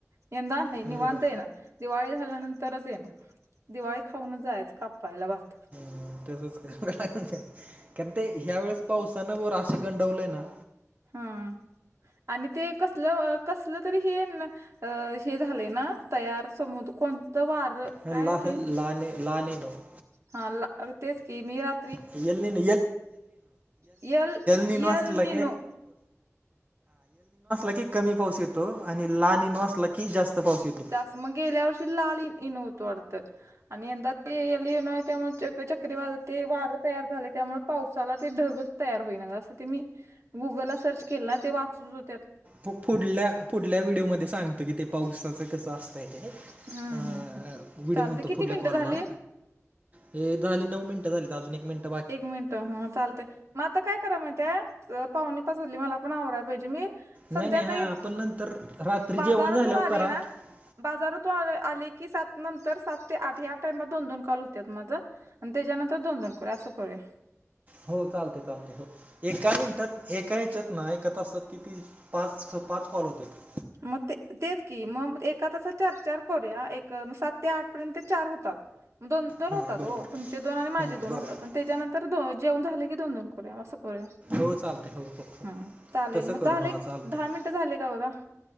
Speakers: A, on the right; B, on the right.
A: यंदा हय निव्हांत
B: बरोबर
A: ये ना दिवाळी खाल्यानंतरच येनदिवाळी खाऊनच जायच कापायला भात.
B: हम्म, कारण ते ह्या वेळेस पावसानं वशे गंडवलेय ना.
A: हम् आणि ते कसलं अ कसल तरी हेण अ हे झाले ना तयार समर कोणतं वार.
B: हे
A: काय
B: लाहन
A: ते
B: लहाने लहाने नव.
A: हा तेच की मी रा-
B: <unintelligible> हा येल
A: यल
B: नि
A: यल
B: नो असला
A: निनो
B: की कमी पाऊस येतो आणि लाणी नाँ असला की जास्त पाऊस येतो.
A: जास्त मग गेल्या वर्षी लाल इन होतो वाटतं. आणि यंदा ते या लिहिण <unintelligible> त्यामुळे चक्रीवाज ते वार तयार झाले त्यामुळे पावसाला ते ढगत तयार होईना असं ते मी गुगलला सर्च केलं ना ते वाचत होते आत
B: हो पुढल्या पुढल्या व्हिडिओमध्ये सांगतो की ते पावसाचं कसं असतं.
A: हम्म
B: अ
A: हम्म हम्म
B: व्हडिओ
A: चालते
B: म्हणतो
A: किती
B: पुढल्या
A: मिनिटं
B: कॉलला.
A: झाली
B: हे झाली नऊ मिनटं झाली का अजून एक मिनटं
A: एक मिनट ह चालतेय मग आता काय. करा माहितेय पाहुणे पाच वाजली मला पण आवराय पाहिजे मी. संध्याकाळी
B: नाही नाही हा आपण नंतर रात्री
A: बाजारातून
B: जेवण झाल्यावर
A: आले
B: करा
A: ना
B: हम्म
A: बाजारातून आले आले की सात नंतर सात ते आठ या टाइमात दोन दोन कॉल होतात माझ. आणि त्याच्यान तर दोन दोन करू या असं करू या.
B: हो चालते चालते हो एका मिनिटात एका ह्यच्यात ना एका तासात कीती पाच स पाच कॉल होत्यात.
A: मग ते तेच की मग एका तसा चार चार करूया एक सात ते आठ पर्यंत चार होतात. दोन दोन
B: हां
A: होतात
B: बरोबर
A: हो तुमचे दोन आणि माझे
B: हां
A: दोन
B: बरोबर
A: होतात आणि त्याच्यानंतर जेवन झाले की दोन दोन. करूया असं करूया
B: हो चालते हो हो हो
A: ह चालेल
B: तसं
A: मग
B: करू
A: चाले
B: हां चालतंय
A: दहा मिनटं झाले का बघा.